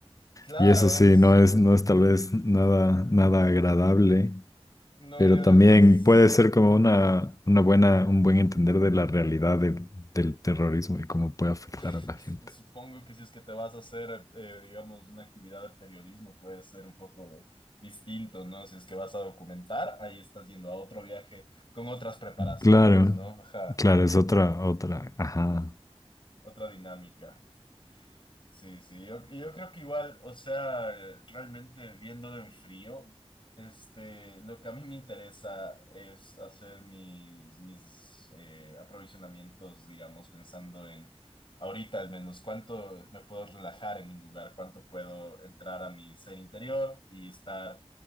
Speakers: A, on the left (about 50°); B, on the left (about 30°).
A: claro,
B: Y eso sí,
A: s-
B: no es, no es tal vez nada, nada agradable.
A: no,
B: pero
A: y además
B: también puede ser como una, una buena, un buen entender de la realidad del del terrorismo y cómo puede afectar
A: <laughs>
B: a la gente.
A: supongo que si es que te vas a hacer, eh, digamos, una actividad de periodismo puede ser un poco distinto, ¿no? Si es que vas a documentar, ahí estás yendo a otro viaje con otras preparaciones,
B: Claro,
A: ¿no? Ajá,
B: claro, es otra, otra. Ajá,
A: otra dinámica. Sí, sí, yo, yo creo que igual, o sea, realmente viéndolo en frío, este, lo que a mí me interesa es hacer mis, mis eh, aprovisionamientos, digamos, pensando en ahorita al menos cuánto me puedo relajar en un lugar, cuánto puedo entrar a mi ser interior y estar